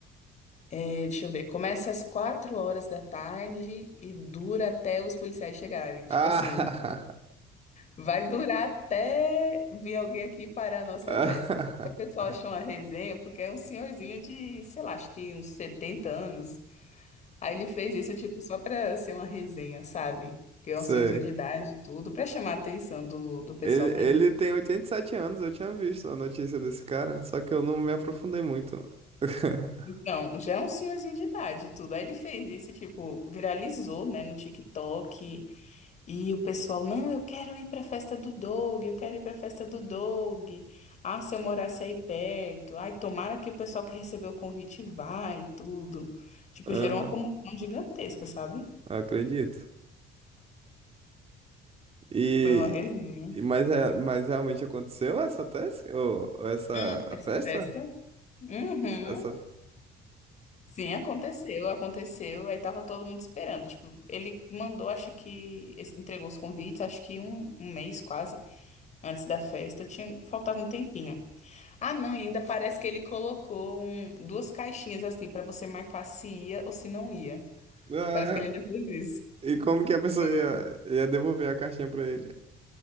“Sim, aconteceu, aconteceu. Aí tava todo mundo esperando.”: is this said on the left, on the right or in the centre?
Left